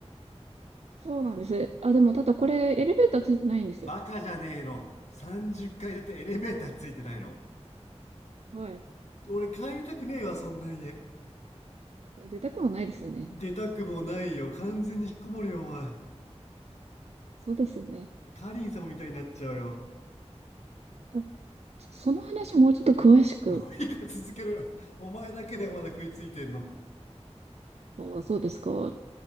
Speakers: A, on the right (about 65°); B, on the left (about 80°).
A: そうなんです。あ、でもただこれエレベーターついてないんですよ。
B: バカじゃねえの。30階だってエレベーターついてないの
A: はい。
B: 俺帰りたくねえわ、そんな家。
A: 出たくもないですよね。
B: 出たくもないよ。完全に引っこもるよ、お前。
A: そうですよね。
B: カリン様みたいになっちゃうよ。
A: あ、ちょその話もうちょっと詳しく。
B: もういいから続けろよ。お前だけでまだ食いついてんの。
A: あ、そうですか。